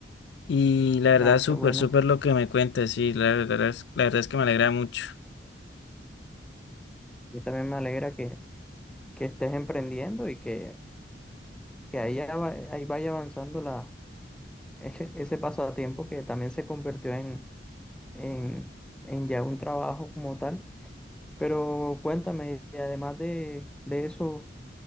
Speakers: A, on the left (about 70°); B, in the centre.
A: Y la verdad,
B: Ah,
A: súper,
B: qué bueno.
A: súper lo que me cuentas, sí, la verdad es, la verdad es que me alegra mucho.
B: Yo también me alegra que que estés emprendiendo y que, que ahí, ya ahí vaya avanzando la, <laughs> ese, ese pasatiempo que también se convirtió en, en, en ya un trabajo como tal. Pero cuéntame, y además de, de eso,